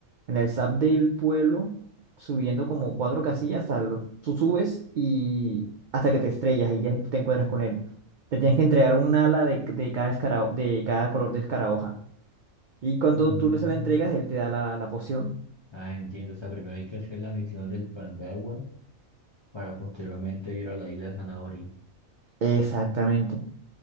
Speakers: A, on the right (about 70°); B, on the left (about 35°).
A: en el SAP del pueblo, subiendo como cuatro casillas hasta lo- tú subes y hasta que te estrellas y ya te encuentras con él. Te tienes que entregar un ala de, de cada escarao- de cada color de escarabajo. Y cuando
B: Mm.
A: tú se la entregas, él te da la, la poción.
B: Ah, entiendo, o sea, primero hay que hacer la misión del pan de agua para posteriormente ir a la isla de zanahoria.
A: Exactamente.